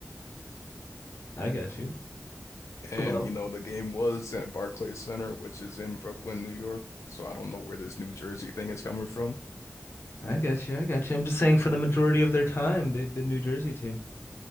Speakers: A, on the left; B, on the left.
A: I got you.
B: And
A: Well,
B: you know, the game was at Barclays Center, which is in Brooklyn, New York. So I don't know where this New Jersey thing is coming from.
A: I got you. I got you. I'm just saying for the majority of their time, they've been New Jersey team.